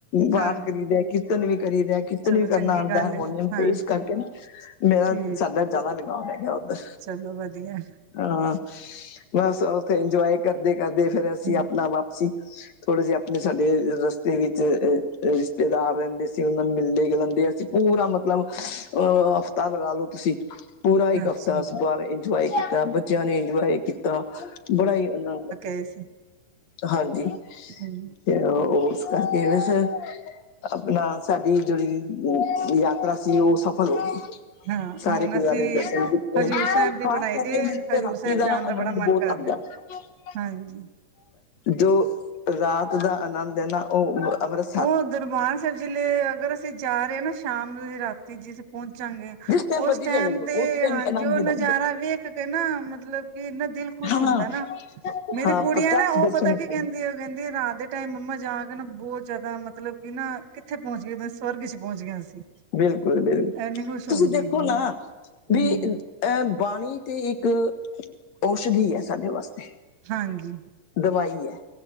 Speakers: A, on the left; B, on the right.
A: ਬਾਤ
B: ਹਾਂਜੀ
A: ਕਰੀ ਦਾ ਕਿ ਕੀਰਤਨ ਵੀ ਕਰੀ ਦਾ। ਕੀਰਤਨ
B: ਚਲੋ
A: ਵੀ ਕਰਨਾ
B: ਚੰਗੀ
A: ਆਦਾ
B: ਗੱਲ
A: ਹਰਮੋਨੀਅਮ
B: ਏ ਹਾਂਜੀ
A: ਤੇ ਇਸ ਕਰਕੇ ਨਾ। ਮੇਰਾ,
B: ਠੀਕ
A: ਸਾਡਾ
B: ਹੈ
A: ਜ਼ਿਆਦਾ ਲਗਾਓ ਹੈਗਾ ਉੱਧਰ।
B: ਚਲੋ ਵਧੀਆ।
A: ਹਾਂ, ਬਸ ਉੱਥੇ ਇੰਜੋਏ ਕਰਦੇ-ਕਰਦੇ ਫਿਰ ਅਸੀਂ
B: ਹੂੰ
A: ਆਪਣਾ ਵਾਪਸੀ ਥੋੜੇ ਜਿਹੇ ਆਪਣੇ ਸਾਡੇ ਰਸਤੇ ਵਿੱਚ ਅਹ ਰਿਸ਼ਤੇਦਾਰ ਰਹਿੰਦੇ ਸੀ। ਉਹ ਨਾਲ ਮਿਲਦੇ ਗਲਾਂਦੇ ਆ ਅਸੀ ਪੂਰਾ ਮਤਲਬ ਅਹ ਹਫ਼ਤਾ ਲਗਾਲੋੋ ਤੁਸੀ। ਪੂਰਾ ਇੱਕ
B: ਅੱਛਾ
A: ਹਫ਼ਤਾ ਅਸੀਂ ਬਾਹਰੇ ਇੰਜੋਏ ਕੀਤਾ। ਬੱਚਿਆਂ ਨੇ ਇੰਜੋਏ ਕੀਤਾ। ਬੜਾ ਹੀ ਆਨੰਦ
B: ਏ ਸੀ।
A: ਹਾਂਜੀ।
B: ਹੂੰ
A: ਤੇ ਉਸ ਕਰਕੇ ਨਾ ਫਿਰ। ਆਪਣਾ, ਸਾਡੀ ਜਿਹੜੀ ਯਾਤਰਾ ਸੀ। ਉਹ ਸਫਲ ਹੋ ਗਈ।
B: ਹਾਂ
A: ਸਾਰੇ
B: ਹੁਣ
A: ਗੁਰਦਆਰੇ
B: ਅਸੀਂ
A: ਦਰਸ਼ਨ ਕੀਤੇ।
B: ਹਜ਼ੂਰ
A: ਖਾਸ
B: ਸਾਹਿਬ ਦੀ ਬਣਾਈ
A: ਕਰਕੇ
B: ਦੀ ਏ,
A: ਮੈਨੂੰ ਤੇ
B: ਹਜ਼ੂਰ
A: ਰਾਤੀ
B: ਸਾਹਿਬ
A: ਦਾ
B: ਜਾਣ
A: ਆਨੰਦ
B: ਬੜਾ ਮਨ
A: ਬਹੁਤ
B: ਕਰ
A: ਆਦਾਂ।
B: ਰਿਹਾ
A: <inaudible>
B: ਹਾਂਜੀ।
A: ਜੋ ਰਾਤ ਦਾ ਅਨੰਦ ਏ ਨਾ ਉਹ ਅਵਰਸ
B: ਉਹ ਦਰਬਾਰ ਸਾਹਿਬ ਜ਼ਿਲ੍ਹੇ ਅਗਰ ਅਸੀਂ ਜਾ ਰਹੇ ਹਾਂ ਨਾ ਸ਼ਾਮ ਨੂੰ ਅਸੀਂ ਰਾਤੀ ਜਿਸ ਪਹੁੰਚਾਂਗੇ।
A: ਜਿਸ ਟਾਈਮ
B: ਉਸ
A: ਮਰਜ਼ੀ
B: ਟੈਮ
A: ਚਲੇ ਜਾਓ
B: ਤੇ
A: ਉਸ ਟਾਈਮ
B: ਹਾਂਜੀ
A: ਆਨੰਦ
B: ਉਹ
A: ਹੀ
B: ਨਜ਼ਾਰਾ
A: ਆਨੰਦ
B: ਵੇਖ ਕੇ ਨਾ ਮਤਲਬ ਕਿ ਇਨਾਂ ਦਿਲ ਖੁਸ਼
A: ਹਾਂ
B: ਹੁੰਦਾ ਨਾ। ਮੇਰੀ
A: ਹਾਂ
B: ਗੁੜੀਆਂ
A: ਪ੍ਰਤੱਖ
B: ਨਾ ਉਹ
A: ਦਰਸ਼ਨ
B: ਪਤਾ
A: ਹੁੰਦੇ
B: ਕੀ ਕਹਿੰਦੀ
A: ਨੇ
B: ਉਹ ਕਹਿੰਦੀ ਰਾਤ ਦੇ ਟਾਈਮ ਮੰਮਾ ਜਾ ਕੇ ਨਾ ਬਹੁਤ ਜਿਆਦਾ ਮਤਲਬ ਕਿ ਨਾ ਕਿੱਥੇ ਪਹੁੰਚ ਗਿਆ। ਸਵਰਗ 'ਚ ਪਹੁੰਚ ਗਿਆ ਅਸੀਂ?
A: ਬਿਲਕੁਲ-ਬਿਲਕੁਲ।
B: ਇੰਨੀ ਖੁਸ਼
A: ਤੁਸੀ
B: ਹੁੰਦੀ
A: ਦੇਖੋ
B: ਹੈਗੀ
A: ਨਾ
B: ਹੈ
A: ਵੀ
B: ਹਮ
A: ਐ ਬਾਣੀ ਤੇ ਇੱਕ ਔਸ਼ਧੀ ਏ, ਸਾਡੇ ਵਾਸਤੇ।
B: ਹਾਂਜੀ
A: ਦਵਾਈ ਐ।